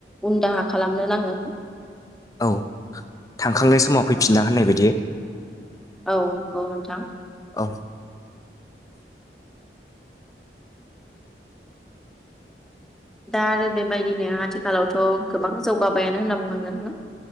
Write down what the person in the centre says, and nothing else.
उन दाहा खालामनो नाङो।
औ
औ नंगौ नोंथां।
दा आरो बेबायदिनो आथिखालावथ' गोबां जौगाबायानो होनना बुंनांगोन हो?